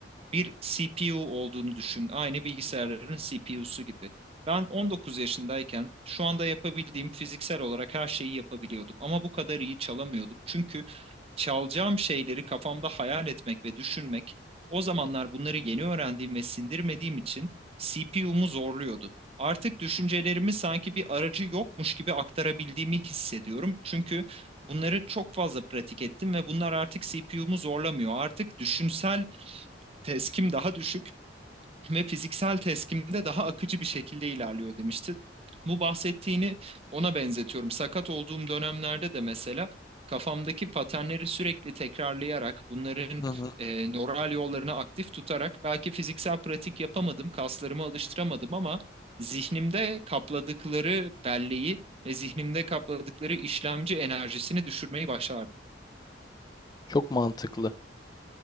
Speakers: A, on the right; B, on the left.
A: bir CPU olduğunu düşün. Aynı bilgisayarların CPU'su gibi. Ben 19 yaşındayken şu anda yapabildiğim fiziksel olarak her şeyi yapabiliyordum ama bu kadar iyi çalamıyordum. Çünkü çalacağım şeyleri kafamda hayal etmek ve düşünmek o zamanlar bunları yeni öğrendiğim ve sindirmediğim için CPU'mu zorluyordu. Artık düşüncelerimi sanki bir aracı yokmuş gibi aktarabildiğimi hissediyorum. Çünkü bunları çok fazla pratik ettim ve bunlar artık CPU'mu zorlamıyor. Artık düşünsel teskim daha düşük ve fiziksel teskimde daha akıcı bir şekilde ilerliyor demişti. Bu bahsettiğini ona benzetiyorum. Sakat olduğum dönemlerde de mesela kafamdaki paternleri sürekli tekrarlayarak bunların
B: Hı hı.
A: e, nöral yollarını aktif tutarak belki fiziksel pratik yapamadım, kaslarımı alıştıramadım ama zihnimde kapladıkları belleği ve zihnimde kapladıkları işlemci enerjisini düşürmeyi başardım.
B: Çok mantıklı.